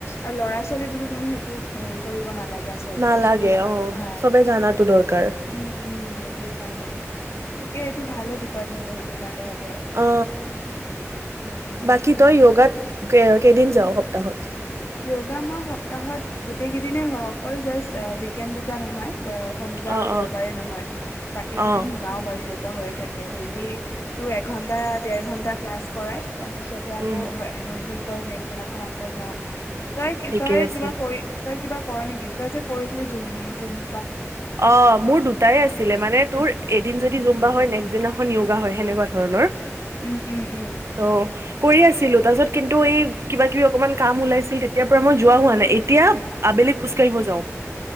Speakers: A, on the left; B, on the right.
A: আৰু ল'ৰা ছোৱালী বুলি ক কোনো সেইটো হেৰি কৰিব নালাগে। আচলতে
B: নালাগে
A: চবে জনাটো
B: অ
A: ভাল,
B: চবে জানাতো দৰকাৰ
A: উম উম সেইটোয়ে, কাৰণেই তাকে এইটো ভালে ডিপাৰটমেণ্ট সেইটো কাৰণত
B: অ
A: খিনি
B: বাকী
A: তাকে
B: তই
A: আৰু
B: যোগাত কেইদিন যাওঁ সপ্তাহত?
A: য়োগা মই সপ্তাহত গোটেই কেইদিনে হয় অকল জাষ্ট উইগেন দুটা নহয়। শনিবাৰ
B: অ
A: আৰু দেওবাৰে
B: অ
A: নহয়, বাকী কেইদিন
B: অ
A: যাও বাৰু যোগা হৈ থাকে ডেইলি, তোৰ এঘন্টা দেৰ ঘন্টা ক্লাছ কৰাই তাৰপিছতে আকৌ
B: উম
A: হয়। হয় নেক্স দিনাখন আকৌ যাওঁ। তই কি
B: ঠিকে
A: তই
B: আছে
A: কিবা কৰি। তই কিবা কৰ নেকি তই যে কৰিছিলি জুম জুমু
B: অ' মোৰ দুটাই আছিলে মানে তোৰ এদিন যদি দি জুম্বা হয় নেক্সট দিনাখন য়োগা হয়। হেনেকোৱা ধৰণৰ
A: উম উম উম
B: ত কৰি আছোঁ‌। ছিলো তাৰ পিছত কিন্তু এই কিবা কিবি অকনমান কাম ওলাইছিল। তেতিয়াৰ পৰা মই যোৱা হোৱা নাই। এতিয়া আবেলিত খোজকাঢ়িব যাওঁ।